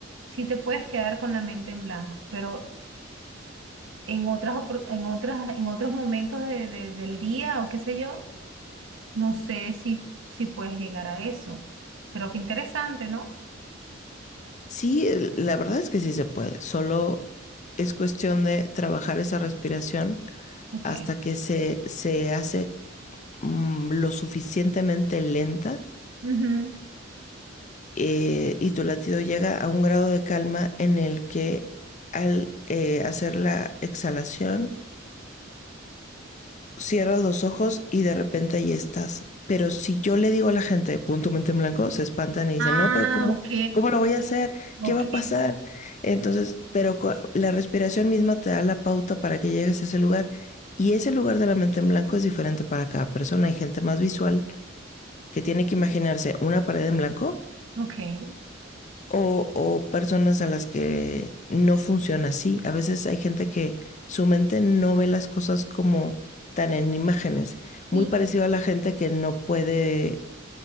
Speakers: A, on the right; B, on the left.
A: sí te puedes quedar con la mente en blanco, pero en otras, opor- en otras, en otros momentos de- de- del día o qué sé yo, no sé si, si puedes llegar a eso. Pero qué interesante, ¿no?
B: Sí, el- la verdad es que sí se puede, solo es cuestión de trabajar esa respiración
A: Ok.
B: hasta que se, se hace mm, lo suficientemente lenta
A: Ujú.
B: eh, y tu latido llega a un grado de calma en el que al eh, hacer la exhalación cierras los ojos y de repente ahí estás. Pero si yo le digo a la gente, punto mente en blanco, se espantan y dicen,
A: Ah,
B: no, pero ¿cómo,
A: ok.
B: cómo lo voy a hacer?
A: Ok,
B: ¿Qué va a pasar? Entonces, pero co- la respiración misma te da la pauta para que llegues a ese lugar. Y ese lugar de la mente en blanco es diferente para cada persona. Hay gente más visual que tiene que imaginarse una pared en blanco
A: ok.
B: o, o personas a las que no funciona así. A veces hay gente que su mente no ve las cosas como tan en imágenes.
A: Y,
B: Muy parecido a la gente que no puede,